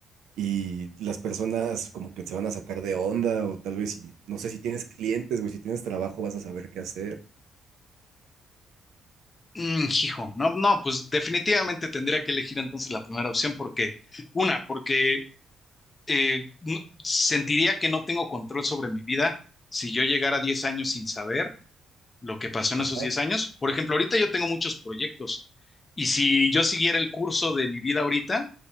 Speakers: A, on the right; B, on the left.
A: y las personas como que se van a sacar de onda o tal vez, si, no sé si tienes clientes, güey, si tienes trabajo vas a saber qué hacer.
B: Mm, hijo, no, no, pues definitivamente tendría que elegir entonces la primera opción porque, una, porque eh, no- sentiría que no tengo control sobre mi vida si yo llegara a 10 años sin saber, lo que pasó en
A: Ajá,
B: esos 10 años. Por ejemplo, ahorita yo tengo muchos proyectos y si yo siguiera el curso de mi vida ahorita,